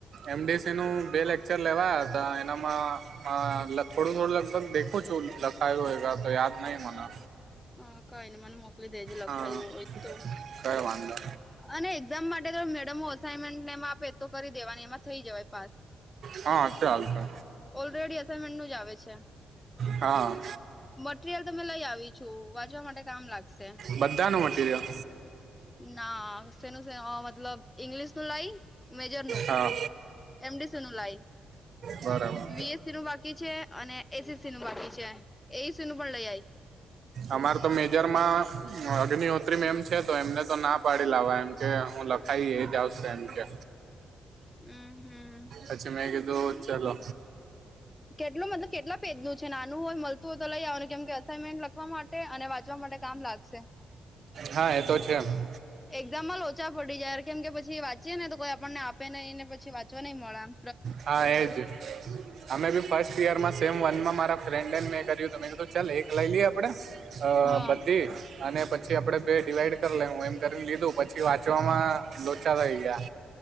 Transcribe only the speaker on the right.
એમડીસી નું બે લેક્ચર લેવાયા હતા એનામાં. હા, થોડું-થોડું લગભગ દેખો છો, લખાય હોય તો, યાદ નહી મને.
હા,
કઈ વાંધો.
હા ચાલશે.
હા.
બધાનું મટરિયલ.
હા
બરાબર.
અમાર તો મેજરમાં અગ્નિહોત્રીમ એમ છે તો એમને તો ના પાડી લાવવા એમ. કે હું લખાઈ એજ આવશે એમ કે.
અચ્છા મેં કીધું ચલો.
હા એ તો છે એમ.
હા એજ છે. અમે બી ફર્સ્ટ યરમાં સેમ વન માં મારા ફ્રેન્ડે ને મેં કર્યું હતું મે કધું ચાલ એક લઈ લઈએ આપડે અ
બધી અને પછી આપડે બે ડિવાઈડ કરી લેહું એમ કરીને લીધું પછી વાંચવામાં લોચા થઈ ગયા.